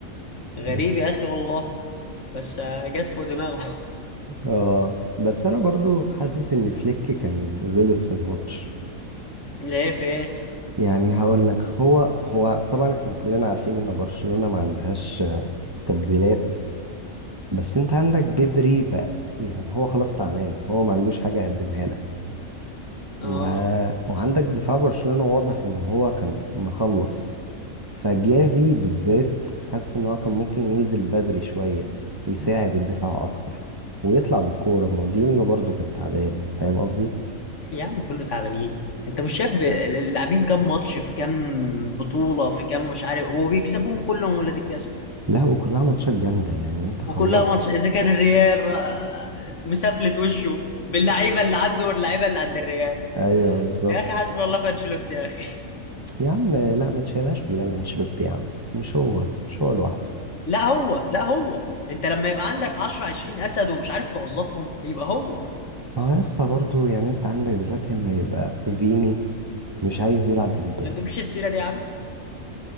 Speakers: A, on the left (about 60°); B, on the right (about 25°).
A: غريب
B: بس
A: يا اخي والله بس آه، جت فوق دماغه
B: اه بس انا برضو حاسس ان فليك كان غلط في الماتش
A: <laughs> لا إيه فين
B: يعني هقول لك هو هو طبعا احنا كلنا عارفين ان برشلونة ما عندهاش آه، تبديلات بس انت عندك بدري بقى يعني هو خلاص تعبان هو ما عندوش حاجة يقدمها لك
A: اه
B: و... وعندك دفاع برشلونة واضح ان هو كان مخلص فجافي بالذات حاسس ان هو كان ممكن ينزل بدري شوية يساعد الدفاع اكتر ويطلع بالكورة ما هو ديونج برضه كان تعبان فاهم قصدي؟
A: يا عم كله تعبانين انت مش شايف ب- اللاعبين كام ماتش في كام بطولة في كام مش عارف وبيكسبوهم كلهم ولاد الجزمة
B: لا وكلها ماتشات جامدة يعني انت خلاص
A: وكلها ماتش اذا كان الريال آه، مسفلت وشه باللعيبة اللي عنده واللعيبة اللي عند الريال
B: ايوه بالظبط
A: يا اخي حسبي الله في انشيلوتي يا اخي
B: يا عم لا ما تشيلهاش كلها لانشيلوتي يا عم مش هو مش هو لوحده
A: لا هو لا هو انت لما يبقى عندك 10 20 اسد ومش عارف توظفهم يبقى هو
B: ما هو يا اسطى برضه يعني انت عندك دلوقتي اما يبقى فيني مش عايز يلعب لمبابي
A: ما تجيبليش السيرة دي يا عم